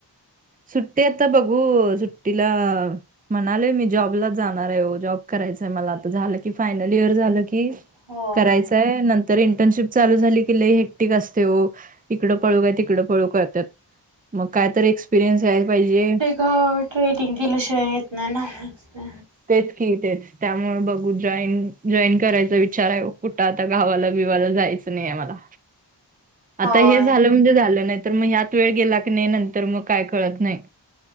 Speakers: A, on the right; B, on the right.
A: सुट्टीए त बघू सुट्टीला <unintelligible> म्हणाले मी जॉबला जाणार आहेओ जॉब करायचाय मला आता झालं की फायनल इयर झालं की <inaudible>
B: होय.
A: करायचंय नं तर इंटर्नशिप चालू झाली की लय हेपटिक असते ओ इकडं पळू का तिकडं पळू का त्यात मग काय तरी एक्सपिरियन्स यायला पाहिजे.
B: हा ट्रेटिंग केल्या शिवाय येत नाही ना.
A: तेच की तेच त्यामुळे बघू जॉईन जॉईन करायचा विचार आहे. कुठं आता गावाला बिवाला जायच. स् <unintelligible> नाही आहे मला.
B: होय.
A: आता हे झालं म्हणजे झालं नाही तर मग ह्यात वेळ गेला की नाही नंतर मग काय कळत नाही.